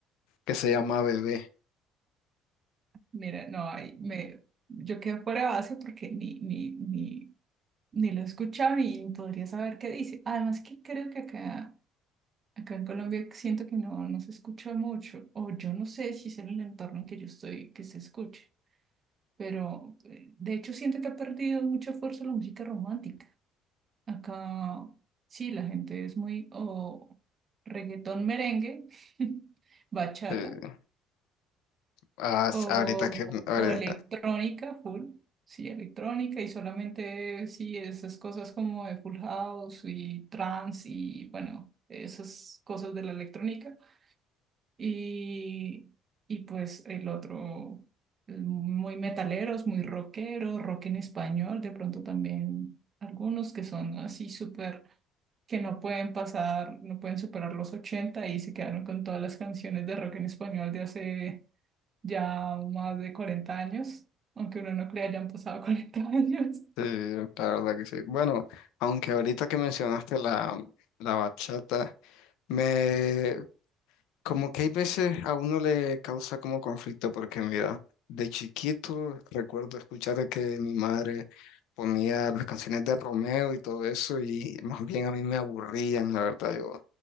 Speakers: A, on the left; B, on the right.
A: que se llama Bebé.
B: Mira, no, ahí me, yo quedo fuera de base porque ni, ni, ni, ni lo he escuchado y podría saber qué dice. Además que creo que acá, acá en Colombia siento que no, no se escucha mucho, o yo no sé si es en el entorno en que yo estoy que se escuche, pero eh, de hecho siento que ha perdido mucha fuerza la música romántica. Acá sí, la gente es muy o reggaetón merengue, <laughs> bachata
A: Eh, ah,
B: O,
A: ahorita que, ahora-
B: o electrónica, full, sí, electrónica y solamente sí, esas cosas como de Full House y trance y bueno, esas cosas de la electrónica. Y, y pues el otro, muy metaleros, muy rockeros, rock en español, de pronto también algunos que son así súper, que no pueden pasar, no pueden superar los 80 y se quedaron con todas las canciones de rock en español de hace ya más de 40 años, aunque uno no crea, ya han pasado <laughs> 40 años.
A: Sí, la verdad que sí. Bueno, aunque ahorita que mencionaste la, la bachata, me como que hay veces a uno le causa como conflicto porque mira, de chiquito recuerdo escuchar que mi madre ponía las canciones de Romeo y todo eso y más bien a mí me aburrían, la verdad. Yo,